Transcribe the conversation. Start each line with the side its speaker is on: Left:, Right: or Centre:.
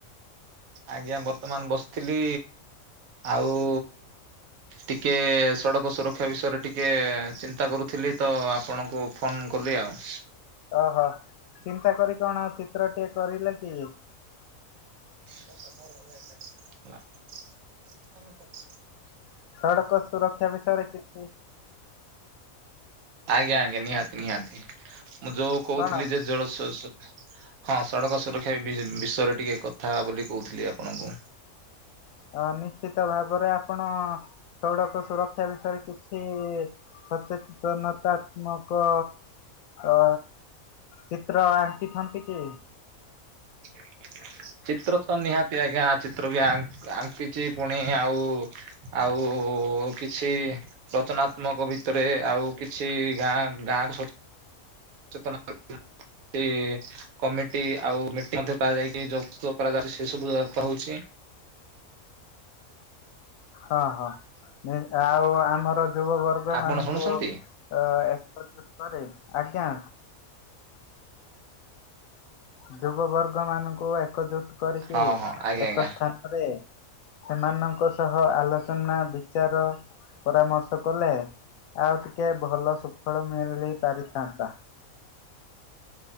Right: ଆଜ୍ଞା ବର୍ତ୍ତମାନ ବସିଥିଲି ଆଉ। ଟିକେ ସଡ଼କ ସୁରକ୍ଷା ବିଷୟରେ ଟିକେ ଚିନ୍ତା କରୁଥିଲି ତ ଆପଣଙ୍କୁ ଫୋନ୍ କଲି ଆଉ।
Left: ଓହୋ ଚିନ୍ତା କରି କଣ ଚିତ୍ର ଟିକେ କରିଲେ କି?
Right: ମୋରାଇ <inaudible>
Left: ସଡ଼କ ସୁରକ୍ଷା ବିଷୟରେ କିଛି।
Right: ଆଜ୍ଞା ଆଜ୍ଞା ନିହାତି ନିହାତି ମୁଁ ଯୋଉ କହୁଥିଲି
Left: କଣ?
Right: ଯେ ଜଳସ୍ ହଁ ସଡ଼କ ସୁରକ୍ଷା ବିଷ ବିଷୟରେ ଟିକେ କଥା ହେବା ବୋଲି କହୁଥିଲି ଆପଣଙ୍କୁ।
Left: ଅ ନିଶ୍ଚିତ ଭାବରେ ଆପଣ ସଡକ ସୁରକ୍ଷା ବିଷୟରେ କିଛି ସଚେତନତା ମୋକ ଅ ଚିତ୍ର ଆଙ୍କିଛନ୍ତି କି?
Right: <inaudible> ଚିତ୍ର ତ ନିହାତି ଆଜ୍ଞା ଚିତ୍ର ବି ଆଙ୍କିଛି ପୁଣି ଆଉ। ଆଉ କିଛି। ରଚନାତ୍ମକ ଭିତରେ ଆଉ କିଛି ଗାଁ ଗାଁ ସ ଚେତନ ସେ କମିଟି ଆଉ ମିଟିଂ ମଧ୍ୟ କରାଯାଇକି ଯୋଗ କରାଯାଉଛି ସେ ସବୁ ହଉଛି।
Left: ହଁ ହଁ ଆଉ ଆମର ଯୁବବର୍ଗ
Right: ଆପଣ
Left: ମାନଙ୍କୁ
Right: ଶୁଣୁଛନ୍ତି
Left: ଅ ଏକଜୁଟ କରି ଆଜ୍ଞା। ଯୁବ ବର୍ଗ ମାନଙ୍କୁ ଏକଜୁଟ କରିକି
Right: ହଁ ହଁ ଆଜ୍ଞା
Left: ଏକ
Right: ଆଜ୍ଞା
Left: ସ୍ଥାନରେ ସେମାନଙ୍କ ସହ ଆଲୋଚନା ବିଚାର ପରାମର୍ଶ କଲେ ଆଉ ଟିକେ ଭଲ ସୁଫଳ ମିଳି ପାରିଥାନ୍ତା।